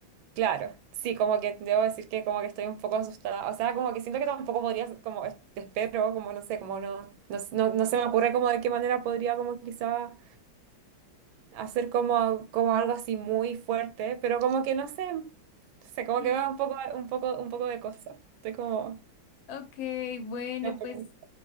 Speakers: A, on the right; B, on the left.
A: Claro, sí, como que debo decir que como que estoy un poco asustada, o sea, como que siento que tampoco podría, como es- te espero, como no sé, como no, no, s- no, no se me ocurre como de qué manera podría como quizá hacer como, como algo así muy fuerte, pero como que no sé, no sé, como
B: Sí.
A: que me da un poco, un poco, un poco de cosa, estoy como,
B: Ok, bueno,
A: un poco-
B: pues